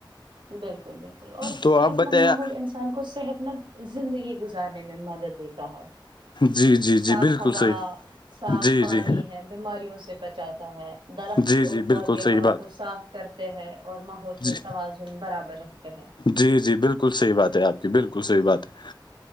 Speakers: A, on the right (about 70°); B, on the left (about 65°).
A: بالکل بالکل اور
B: تو
A: صحت
B: آپ بتایا
A: مند ماحول انسان کو صحت مند زندگی گزارنے میں مدد دیتا تاح
B: جی جی
A: صاف
B: جی بالکل
A: ہوا
B: صحیح
A: صاف
B: جی
A: پانی
B: جی
A: ہے بیماریوں سے بچاتا ہے درخت
B: جی جی
A: اور پودے
B: بالکل صحیح
A: ہا
B: بات
A: کو صاف کرتے ہیں اور ماحول کے
B: جی
A: توازن برابر رکھتے ہیں
B: جی جی بالکل صحیح بات ہے آپ کی بالکل صحیح بات ہے